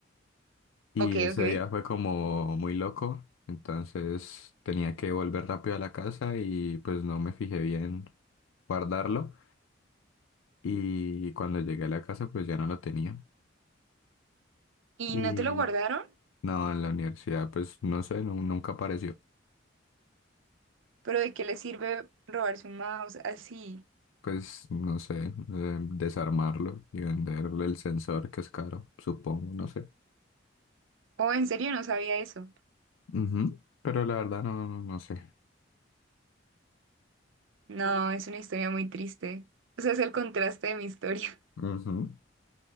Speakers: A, on the left (about 90°); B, on the right (about 75°).
A: Y
B: Ok,
A: ese
B: ok.
A: día fue como muy loco, entonces tenía que volver rápido a la casa y pues no me fijé bien guardarlo. Y cuando llegué a la casa pues ya no lo tenía.
B: ¿Y
A: Y
B: no te lo guardaron?
A: no, en la universidad pues no sé, nu- nunca apareció.
B: ¿Pero de qué le sirve robarse un mouse así?
A: Pues no sé, eh, desarmarlo y venderle el sensor que es caro, supongo, no sé.
B: Oh, en serio, no sabía eso.
A: Ujú, Pero la verdad no, no, no sé.
B: No, es una historia muy triste. O sea, es el contraste de mi historia. <laughs>
A: Ujú,